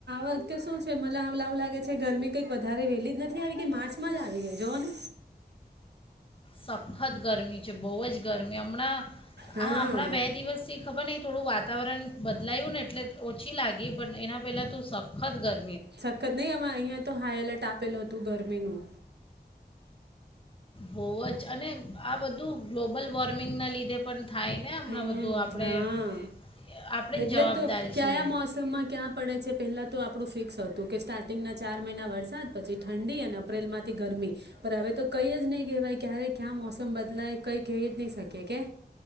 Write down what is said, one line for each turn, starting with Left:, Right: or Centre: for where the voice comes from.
Right: <unintelligible> શું છે મ આવ લવું લાગે. છે ગરમી કંઈક વધારે વેલી જ નથી આવી કે માર્ચમાં જ આવી ગઈ જોને.
Left: સખત ગરમી છે બહુ જ ગરમી હમણાં
Right: હા
Left: આ હમણાં બે દિવસ થી ખબર નય થોડું વાત વાતાવરણ બદલાયું ને એટલે ઓછી લાગી. પણ, એના પહેલાં તો સખત ગર
Right: સખત નહી, આમાં અહિયાં તો હાઈ એલર્ટ આપેલું હતું ગરમી નું.
Left: બહુ જ, અને આ બધું ગ્લોબલ વોર્મિંગના લીધે પણ થાય ને હમણાં
Right: હમ
Left: બધું આપણે
Right: હા!
Left: આપણે
Right: એટલે
Left: જ જવાબદાર
Right: તો ક્યાંયા
Left: છીએ
Right: મોસમમાં ક્યાં પડે છે, પેલા તો આપડું ફિક ફિક્સ હતું કે સ્ટાર્ટિંગ ના ચાર મહિના વરસાદ, પછી ઠંડી અને અપ્રિલ માંથી ગરમી પણ, હવે તો કંઈ જ નહી કહેવાય ક્યારે ક્યાં મોસમ બદલાય? કંઈ કેય જ નહી શકી કે.